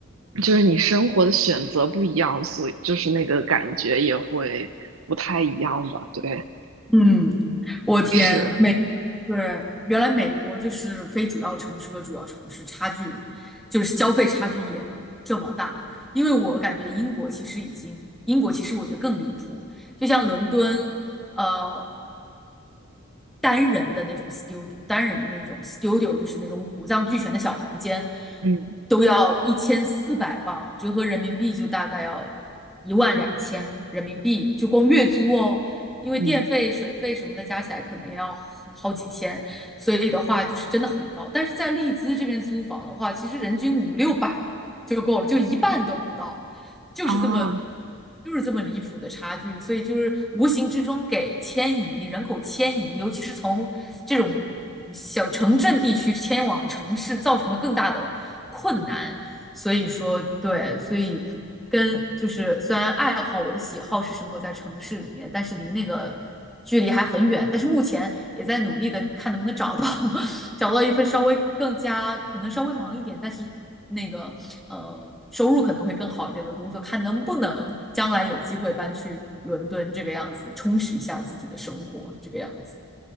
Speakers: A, on the right (about 80°); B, in the centre.
A: 就是你生活的选择不一样，所以就是那个感觉也会不太一样吧？对，
B: 嗯，我天，
A: 是，
B: 美，对，原来美国就是非主要城市和主要城市差距，就是消费差距也能这么大。因为我感觉英国其实已经，英国其实我觉得更离谱，就像伦敦，呃，单人的那种 studio，单人的那种 studio，就是那种五脏俱全的小房间，
A: 嗯
B: 都要一千四百镑，折合人民币就大概要一万两千人民币，就光月租哦。因为电费、
A: 嗯。
B: 水费什么的加起来可能也要很好几千，所以的话就是真的很高。但是在利兹这边租房的话，其实人均五六百就够了，就一半都不到。就是这么
A: 啊。
B: 就是这么离谱的差距，所以就是无形之中给迁移人口迁移，尤其是从这种小城镇地区迁往城市，造成了更大的困难。所以说，对，所以跟就是虽然爱好我的喜好是生活在城市里面，但是离那个距离还很远。但是目前也在努力的看能不能找到 <laughs> 找到一份稍微更加可能稍微忙一点，但是那个呃收入可能会更好一点的工作，看能不能将来有机会搬去伦敦这个样子，充实一下自己的生活这个样子。